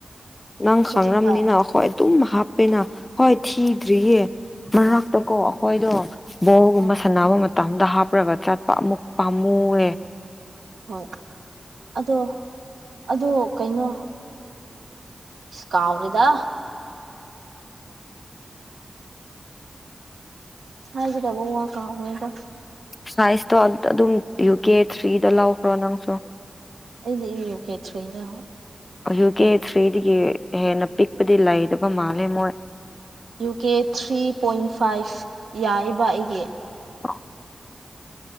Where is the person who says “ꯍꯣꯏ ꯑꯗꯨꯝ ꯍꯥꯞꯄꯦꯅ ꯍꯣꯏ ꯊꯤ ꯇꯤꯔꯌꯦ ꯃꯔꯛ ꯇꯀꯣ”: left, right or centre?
Left